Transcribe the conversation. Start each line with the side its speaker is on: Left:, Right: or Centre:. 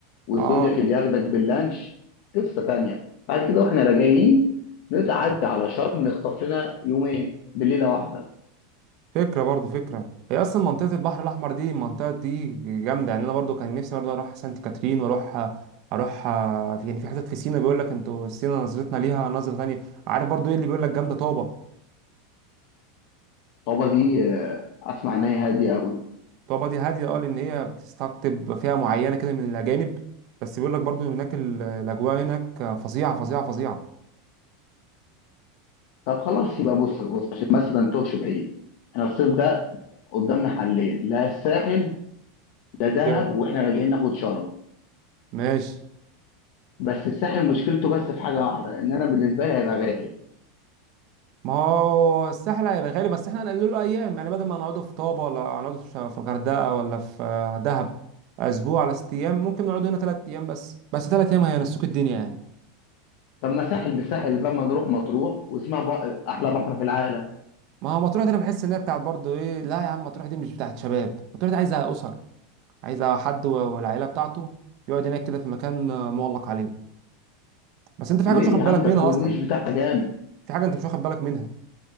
Left: والزودياك
Right: اه
Left: اللي ياخدك باللانش قصه تانيه بعد كده واحنا راجعين نتعدى على شرم نخطف لنا يومين بالليله واحده
Right: فكرة برضو فكرة هي أصلا منطقة البحر الأحمر دي المنطقة دي جامدة يعني أنا برضو كان نفسي برضو أروح سانت كاترين وأروح أروح آه، في- يعني في حتت في سينا بيقول لك أنتوا سينا نظرتنا ليها نظرة تانية عارف برضو إيه اللي بيقول لك جامدة طابة
Left: طابا دي آه، اسمع ان هي هاديه قوي
Right: طابة دي هادية أه لأن هي بتستقطب فئة معينة كده من الأجانب بس بيقول لك برضو هناك ال- الأجواء هناك فظيعة فظيعة فظيعة
Left: طب خلاص يبقى بص بص عشان بس ما نتوهش بعيد احنا الصيف ده قدامنا حلين لا الساحل لا دهب
Right: يا-
Left: واحنا راجعين ناخد شرم
Right: ماشي
Left: بس الساحل مشكلته بس في حاجه واحده ان انا بالنسبه لي هيبقى غالي
Right: ما هو الساحل هيبقى غالي بس احنا هنقلله له ايام يعني بدل ما نقعده في طابة ولا نقعده في في الغردقة ولا في آه، دهب اسبوع على ست ايام ممكن نقعد هنا ثلاث ايام بس بس ثلاث ايام هينسوك الدنيا يعني
Left: طب ما ساحل بساحل بقى ما نروح مطروح واسمها بق... احلى بحر في العالم
Right: ما هو مطروح دي انا بحس ان هي بتاعت برضه ايه لا يا عم مطروح دي مش بتاعت شباب مطروح دي عايزه اسر عايزه حد و- والعيله بتاعته يقعد هناك كده في مكان آه، مغلق عليه بس انت في حاجه
Left: ليه
Right: مش واخد
Left: يا عم
Right: بالك
Left: ده
Right: منها
Left: الكورنيش
Right: اصلا
Left: بتاعها جامد
Right: في حاجه انت مش واخد بالك منها